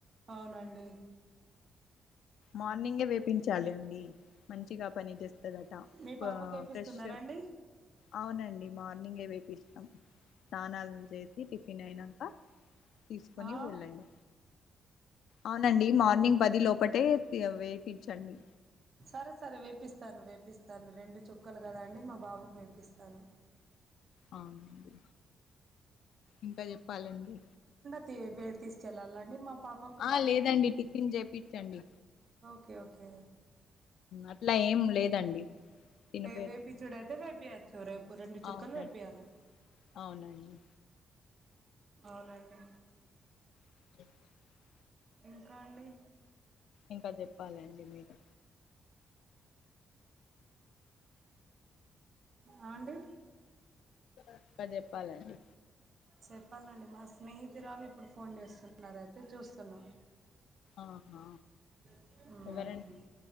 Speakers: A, on the right (about 40°); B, on the left (about 80°).
A: అవునండి.
B: మార్నింగే వేపించాలి అండి మంచిగా. పని జేస్తదటా
A: మీ పాపకి వేపిస్తున్నారండి
B: ఫ్రెష్ అవునండి. మార్నింగే వేపిస్తాం స్నానాలు చేసి టిఫిన్ అయినంకా తీసుకొని
A: ఆ,
B: వెళ్ళండి అవునండి మార్నింగ్ ప ది లోపటే వేపిచండి.
A: సరే సరే వేపిస్తాను వేపిస్తాను రెండు చుక్కలు గదా అండి మా బాబుకు వే. పిస్తాను.
B: అవునండి ఇంకా జెప్పాలండి.
A: టీ యే బెడ్ తీసుకెళ్ళాలండి మా. పాపకు
B: ఆ
A: బాబుకి
B: లేదండి టిఫిన్ జేపిచండి
A: ఓకే ఓకే
B: అట్లా ఏం లేదండి తినిపే
A: వేపిచ్చుడైతే వేపియొచ్చు రేపు రెండు చుక్కలు
B: అవునండి
A: వేపియాలే
B: అవునండి
A: అవునండి
B: <inaudible>
A: ఇంకా అండి
B: ఇంకా చెప్పాలండి మీరు
A: ఆ అండి
B: ఇంకా జెప్పాలండి
A: చెప్పాలండి మా స్నేహితురాలు ఇప్పుడు ఫోన్ చేస్తున్నారు అయితే చూస్తున్నాం
B: ఆహా
A: ఉమ్
B: ఎవరండి